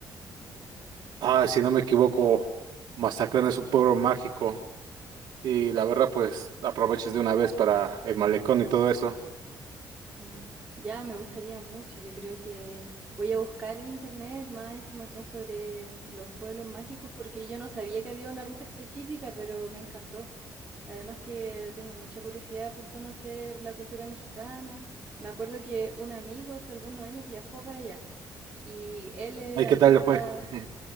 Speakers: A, on the right; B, on the right.
A: ay, si no me equivoco, Mazatlán es un pueblo mágico y la verdad pues aprovechas de una vez para el malecón y todo eso.
B: Mm, ya, me gustaría mucho. Yo creo que voy a buscar en internet más información sobre los pueblos mágicos porque yo no sabía que había una ruta específica, pero me encantó. Además que tengo mucha curiosidad por conocer la cultura mexicana. Me acuerdo que un amigo hace algunos años viajó para allá y él es
A: Ay,
B: artista,
A: ¿qué Eh, tal le fue? <laughs>